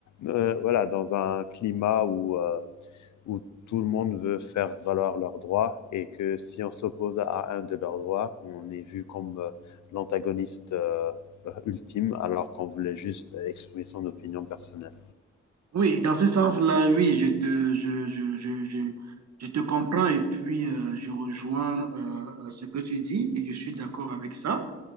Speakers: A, on the left; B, on the right.
A: euh, voilà, dans un climat où, euh, où tout le monde veut faire valoir leurs droits et que si on s'oppose à un de leurs droits, on est vu comme euh, l'antagoniste euh, ultime, alors qu'on voulait juste exprimer son opinion personnelle.
B: Oui, dans ce sens-là, oui, je te, je, je, je, je, je te comprends et puis euh, je rejoins euh, ce que tu dis et je suis d'accord avec ça.